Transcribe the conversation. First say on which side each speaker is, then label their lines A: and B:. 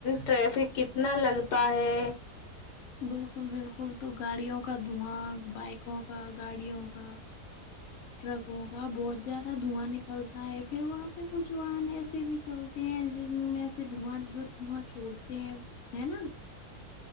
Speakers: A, on the left; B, on the left.
A: ٹریفک کتنا لگتا ہے
B: بالکل بالکل تو گاڑیوں کا دھواں بائکوں کا گاڑیوں کا <inaudible> ٹرکوں کا بہت زیادہ دھواں نکلتا ہے پھر وہاں پہ کچھ واہن ایسے بھی چل تے ہیں جن میں سے دھواں جو دواں چھوڑتے ہیں ہے نا